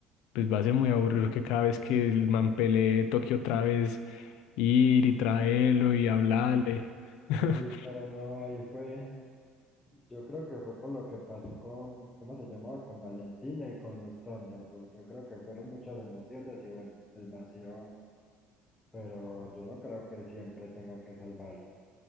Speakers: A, on the left (about 75°); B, on the left (about 15°).
A: pues va a ser muy aburrido que cada vez que el man pelee toque otra vez ir y traerlo y hablarle. <laughs>
B: Sí, pero no, ahí fue, yo creo que fue por lo que pasó con, ¿cómo se llamaba? Con Valentina y con los Thunderbolts. Yo creo que fueron muchas emociones y bueno, el vacío, pero yo no creo que siempre tenga que salvarlo.